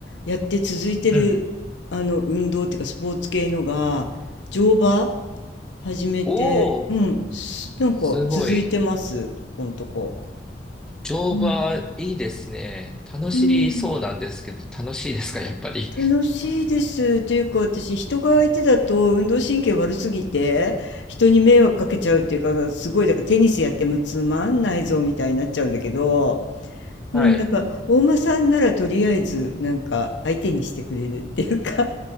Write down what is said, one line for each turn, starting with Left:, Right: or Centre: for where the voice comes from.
Left: やって続いてる、
Centre: うん。
Left: あの、運動っていうか、スポーツ系のが、乗馬始めて、
Centre: おー、
Left: うん、すなんか続いてます、
Centre: すごい。
Left: ここんとこ。
Centre: 乗馬、
Left: うん。
Centre: いいですね。楽しそうなんですけど、
Left: うん
Centre: 楽しいですか、やっぱり。
Left: 楽しいです。っていうか、私、人が相手だと運動神経悪すぎて、人に迷惑かけちゃうっていうか、すごい、だからテニスやってもつまんないぞみたいになっちゃうんだけど、
Centre: <laughs>
Left: うん、
Centre: はい。
Left: なんか、大間さんならとりあえず、なんか、相手にしてくれるっていうか、